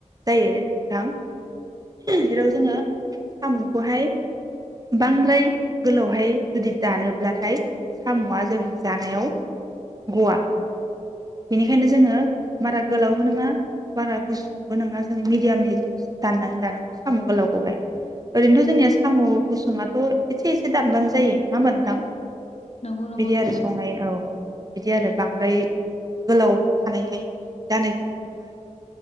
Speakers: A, on the right; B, on the left.
A: जायो नोंथां जेराव जोङो साम'खौहाय बांद्राय गोलावहाय जुदि दानोब्लाथाय साम'आ जोङो जानायाव गवा बेनिखायनो जोङो बारा गोलावबो नङा बारा गुसुंबो नङा जोङो मिडियामनि जोङो दाननानै लानांगौ साम' गोलावखौहाय ओरैनोथ' जोंनिया साम' गुसुआथ' एसे एसे दानबानो जायो नङा होमबा नोंथां
B: नंगौ नंगौ
A: बिदि
B: नोंथां
A: आरो संनाय औ बिदि आरो बां ओमफ्राय गोलाव थानायहाय दानायखौ दाननाङा आरो